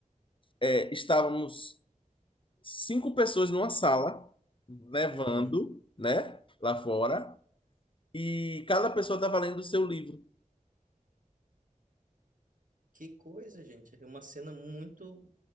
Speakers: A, on the left (about 40°); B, on the right (about 75°).
A: eh, estávamos cinco pessoas numa sala, nevando,
B: Uhum.
A: né, lá fora, e cada pessoa estava lendo o seu livro.
B: Que coisa, gente. É uma cena muito